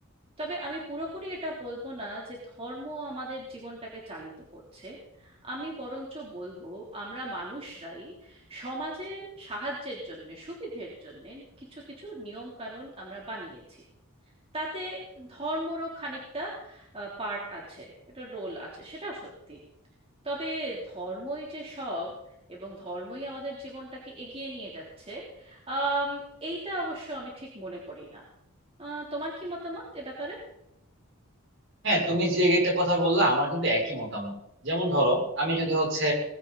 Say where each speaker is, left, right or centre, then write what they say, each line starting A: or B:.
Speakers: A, on the right (about 25°); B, on the right (about 55°).
A: তবে আমি পুরোপুরি এটা বলবো না যে ধর্ম আমাদের জীবনটাকে চালিত করছে আমি বরঞ্চ বলবো আমরা মানুষরাই সমাজের সাহায্যের জন্য সুবিধের জন্য কিছু কিছু নিয়ম কানুন আমরা বানিয়েছি তাতে ধর্মরও খানিকটা পার্ট আছে এটা রোল আছে সেটা সত্যি তবে ধর্মই যে সব এবং ধর্মই আমাদের জীবনটাকে এগিয়ে নিয়ে যাচ্ছে আম, এইটা অবশ্য আমি ঠিক মনে করি না আহ, তোমার কি মতামত এ ব্যাপারে
B: হ্যাঁ তুমি যে একটা কথা বললা আমার কিন্তু একই মতামত যেমন ধরো আমি যদি হচ্ছে